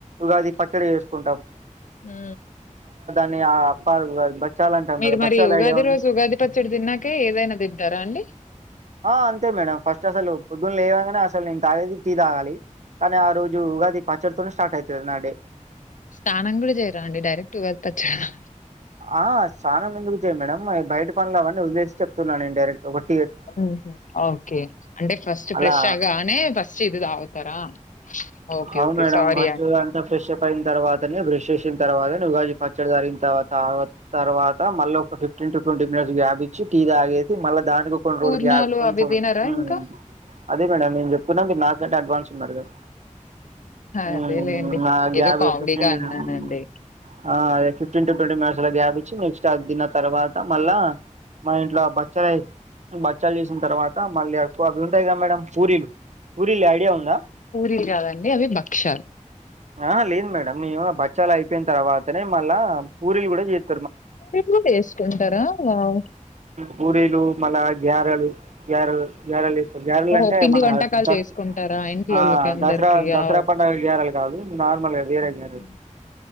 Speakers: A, on the right (about 60°); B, on the left (about 75°).
A: ఉగాది పచ్చడి చేేసుకుంటాం
B: హ్మ
A: <unintelligible>
B: మీరు
A: కదా
B: మరి
A: బచ్చాలు
B: ఉగాది
A: ఐడియా ఉందా
B: రోజు ఉగాది పచ్చడి తిన్నాకే ఏదైనా తింటారా అండి
A: ఆ అంతే మేడం ఫస్ట్ అసలు పొద్దున్న లేవంగానే అసలు నేను తాగేది టీ తాగాలి కానీ ఆ రోజు ఉగాది పచ్చడితోనే స్టార్ట్ అవుతాది నా డే
B: స్నానం కూడా చేయరా అండి డైరెక్ట్ ఉగాది పచ్చడ
A: ఆ స్నానం ఎందుకు చేయం మేడం బయట పనులు అవన్నీ వదిలేసి చెప్తున్నాను నేనుడైరెక్ట్ ఒకటి
B: హ్మ హ్మ ఓకే అంటే ఫస్ట్
A: అలా
B: ఫ్రెష్ ఆగానే ఫస్ట్ ఇది తాగుతారా ఓకే.
A: అవును
B: ఓకే.
A: మేడమ్
B: సారీ
A: ఫస్ట్
B: అండి.
A: అంత ఫ్రెష్ అప్ అయి తర్వాతనే బ్రష్ చేసిన తర్వాతనే ఉగాజీ పచ్చడి జరిగిన తర్వాత తర్వాత మళ్ళీ ఒక fifteen to twenty minutes gap ఇచ్చి టీ తాగేసి మళ్ళా దానికి కొన్ని
B: పూర్ణాలు
A: రోజులు గ్యాప్ కొంచెం
B: అవి తినరా
A: ఊ
B: ఇంకా?
A: అద్ అదే మేడం చెప్తున్న మీర్ నాకన్న అడ్వాన్స్ ఉన్నరు కదా ఊ
B: అదేలెండి.
A: ఆ గ్యాప్
B: ఏదో కామెడీగా
A: ఇగ ఫిఫ్టీన్ మిను
B: అన్నానండి.
A: ఊ ఆ అదే ఫఫ్టీన్ టు ట్వంటీ మినట్స్ అలా గ్యాపిచి నెక్స్ట్ అది తిన్న తర్వాత మళ్ళా మా ఇంట్లో ఆ బచ్చలయి బచ్చాలు చేసిన తర్వాత మళ్ళీ ఎక్కువ అవి ఉంటాయి కద మేడం పూరీలు పూరిలు ఐడియా ఉంద
B: పూరీలు కాదండి అవి భక్షాలు.
A: ఆహ లేదు మేడం మేము బచ్చాలు అయిపోయిన తర్వాతనే మళ్ళా పూరిలు కూడా చేత్
B: విబుదేస్కుంటరా వావ్
A: పూడిలు మళ్ళా గ్యారెలు గారెల్ గారెల్ దె గారెలు
B: ఓహో!
A: అంటే
B: పిండి
A: మన
B: వంటకాలు
A: ద
B: చేసుకుంటారా ఇంట్లోళ్ళకందరికి?
A: ఆ దసరా
B: వావ్!
A: దసరా పండగ గారెలు గాదు నార్మల్ గ వేరే
B: హ్మ్.
A: గారెలు